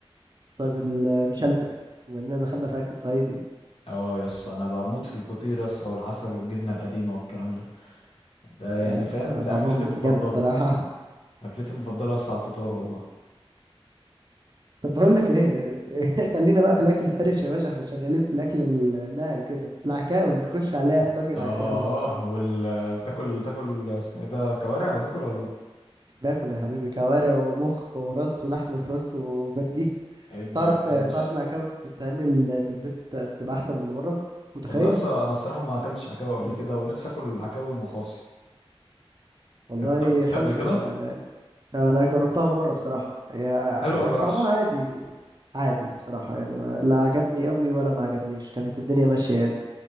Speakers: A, on the right; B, on the left.
A: طيب المشلتت بما إننا دخلنا في أكل صعيدي
B: اه يس انا بموت في الفطير يس والعسل والجبنة القديمة والكلام ده ده يعني
A: يا لا
B: فاهم
A: بيبقى
B: ده
A: طعمهم
B: اكلتي المفضلة
A: جامد الصراحة
B: اكلتي المفضلة يس على الفطار والله
A: <laughs> طب بقول لك ايه <laughs> خلينا بقى في الاكل الحرش يا باشا احنا شغالين في الاكل الناعم كده العكاوي خش عليا بطاجن
B: اه
A: عكاوي
B: وال بتاكل تاكل اسمه ايه ده كوارع بتاكل ولا لا
A: باكل يا حبيبي كوارع ومخ وراس ولحمة راس وبديه
B: ادي
A: تعرف
B: يا باشا
A: تعرف العكاوي بتتعمل في البيت بتبقى احسن من اللي بره متخيل
B: والله لسه انا الصراحة ما اكلتش عكاوي قبل
A: مم.
B: كده ونفسي اكل عكاوي مخاصي
A: والله
B: أنت اكلت مخاصي
A: حلو
B: قبل كده
A: يعني انا جربتها مرة بصراحة يعني
B: حلو ولا
A: طعمها
B: وحش
A: عادي عادي بصراحة يعني ما لا عجبني قوي ولا ما عجبنيش كانت الدنيا ماشية يعني